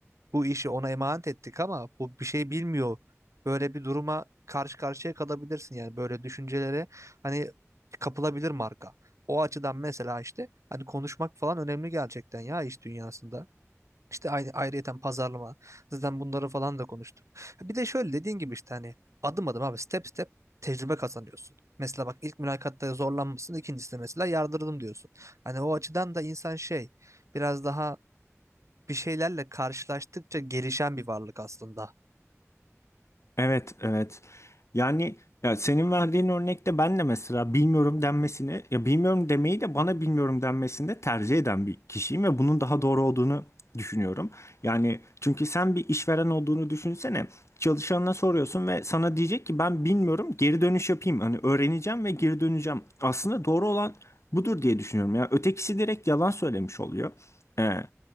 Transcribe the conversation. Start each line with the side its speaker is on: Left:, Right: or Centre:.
Right: bu işi ona emanet ettik ama bu bir şey bilmiyor. Böyle bir duruma karşı karşıya kalabilirsin yani böyle düşüncelere hani kapılabilir marka. O açıdan mesela işte hani konuşmak falan önemli gerçekten ya iş dünyasında. İşte ayrı, ayrıyeten pazarlama. Zaten bunları falan da konuştuk. Bir de şöyle dediğin gibi işte hani adım adım abi step step tecrübe kazanıyorsun. Mesela bak ilk mülakatta zorlanmışsın, ikincisinde mesela yardırdım diyorsun. Hani o açıdan da insan şey biraz daha bir şeylerle karşılaştıkça gelişen bir varlık aslında.
Left: Evet, evet. Yani ya senin verdiğin örnekte ben de mesela bilmiyorum denmesini, ya bilmiyorum demeyi de bana bilmiyorum denmesini de tercih eden bir kişiyim ve bunun daha doğru olduğunu düşünüyorum. Yani çünkü sen bir işveren olduğunu düşünsene. Çalışanına soruyorsun ve sana diyecek ki ben bilmiyorum, geri dönüş yapayım. Hani öğreneceğim ve geri döneceğim. Aslında doğru olan budur diye düşünüyorum. Ya ötekisi direkt yalan söylemiş oluyor. Ee,